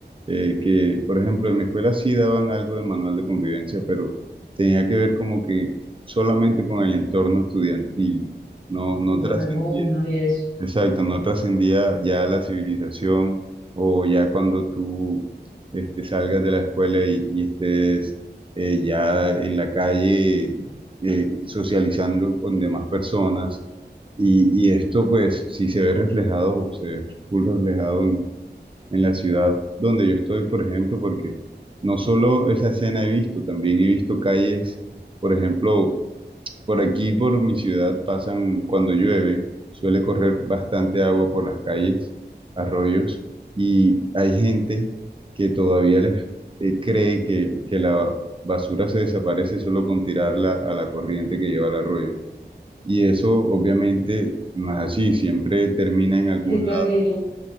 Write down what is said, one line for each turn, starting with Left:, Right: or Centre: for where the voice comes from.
Right: eh, que, por ejemplo, en mi escuela sí daban algo de manual de convivencia, pero tenía que ver como que solamente con el entorno estudiantil, no, no
Left: y
Right: Mm.
Left: los
Right: trascendía
Left: alumnos y eso.
Right: Exacto, no trascendía ya a la civilización o ya cuando tú este, salgas de la escuela y, y estés eh, ya en la calle eh, socializando con demás personas. Y, y esto pues si se ve reflejado, se ve full reflejado en, en la ciudad donde yo estoy, por ejemplo, porque no solo esa escena he visto, también he visto calles, por ejemplo, por aquí, por mi ciudad, pasan cuando llueve, suele correr bastante agua por las calles, arroyos, y hay gente que todavía les eh, cree que, que la basura se desaparece solo con tirarla a la corriente que lleva al arroyo. Y eso obviamente no es así, siempre termina en algún
Left: Qué terrible.